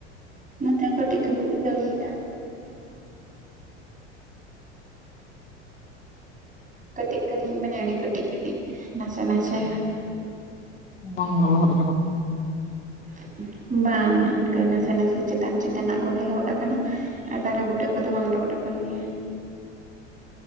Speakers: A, on the right; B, on the left.
A: ᱱᱟᱛᱮ ᱠᱟᱹᱴᱤᱡ ᱠᱟᱹᱴᱤᱡ ᱫᱟᱲᱮᱭᱟᱜᱼᱟ᱾ ᱠᱟᱹᱴᱤᱡ ᱠᱟᱹᱴᱤᱡ ᱢᱟᱱᱮ ᱟ. ᱰᱤ ᱠᱟᱹᱴᱤᱡ ᱠᱟᱹᱴᱤᱡ ᱱᱟᱥᱮ ᱱᱟᱥᱮ
B: <unintelligible> ᱵᱟᱝ ᱞᱚᱦᱚᱫ ᱟᱠᱟᱱᱟ
A: ᱦ <unintelligible> ᱵᱟᱝ ᱤᱱᱠᱟᱹ ᱱᱟᱥᱮ ᱼ ᱱᱟᱥᱮ ᱪᱮᱛᱟᱱ ᱪᱮᱛᱱᱟᱼᱜ ᱠᱚ ᱜᱮ ᱞᱚᱦᱚᱫ ᱟᱠᱟᱱᱟ ᱟᱨ ᱫᱟᱨᱮ ᱵᱩᱴᱟᱹ ᱠᱚᱫᱚ ᱵᱟᱝ ᱞᱚᱦᱚᱫ ᱟᱠᱟᱱ ᱜᱮᱭᱟ